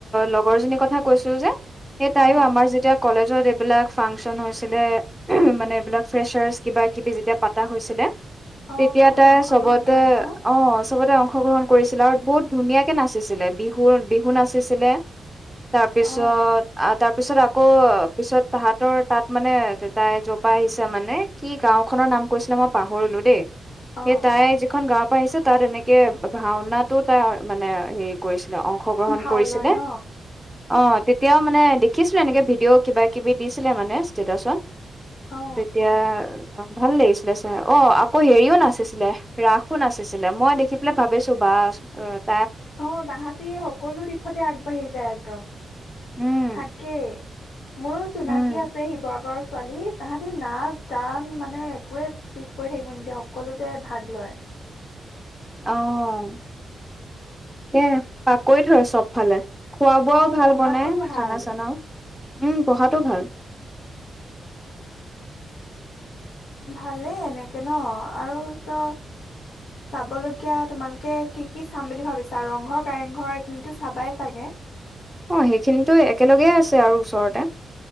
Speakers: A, in the centre; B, on the left (about 70°).
A: লগৰজনীৰ কথা কৈছো যে। সেই তাইো
B: অ
A: আমাৰ যেতিয়া কলেজ। ত এইবিলাক ফাংচন হৈছিলে মানে এইবিলাক ফ্ৰেচাৰছ কিবা কিবি যেতিয়া পাতা হৈছিলে।
B: অ
A: তেতিয়া
B: চবতে
A: তাই
B: অংশগ্ৰহণ
A: চবতে
B: কৰে ন
A: অহ চবতে অংশগ্ৰহণ। কৰিছিলে আৰু বহুত। ধুনীয়াকে নাচিছিলে বিহু বিহু নাচিছিলে। তাৰপিছত
B: অ
A: আ তাৰ। তাৰপিছত আকৌ পিছত তাহাঁতৰ তাত মানে দেতাই জ'পা আহিছে মানে কি গাঁও খনৰ নাম কৈছিলে মই পাহৰিলো দেই।
B: অ
A: সেই তাই যিখন গা। পাইছে তাত এনেকে ভাওনাটোত। তাৰ মানে হেৰি কৰিছে। অংশগ্ৰহণ
B: ভাও
A: কৰিছিলে।
B: লয় ন
A: অ তেতিয়াও মানে দেখিছিলো এনেকে ভিডিঅ' কিবা কিবি দিছিলে মানে ষ্টেটাচত
B: অ
A: তেতিয়া অ ভাল লাগিছিলে ছাৰ অ আকৌ হেৰিও নাচিছিলে ৰাসো নাচিছিলে মই দেখি পেলাই ভাবিছো বা অ
B: অ তাহতি সকলো দিশতে আগবাঢ়ি যায় একদম
A: উম
B: তাকেই মোৰো চিনাকি
A: উম
B: আছে শিৱসাগৰ ছোৱালী তাহাঁতি নাচ গান মানে একোৱে পিছ পৰি থাকিব নিদিয়ে সকলোতে ভাগ লয়
A: অহ <unintelligible>
B: অ পঢ়াটো ভাল
A: <inaudible> <inaudible> <inaudible>
B: ভালেই এনেকে ন আৰু ত' চাবলগীয়া তোমালোকে কি কি চাম বুলি ভাবিছা ৰংঘৰ কাৰেংঘৰ এইখিনিতো চাবাই চাগে
A: অ সেইখিনিতো একেলগেই আছে আৰু ওচৰতে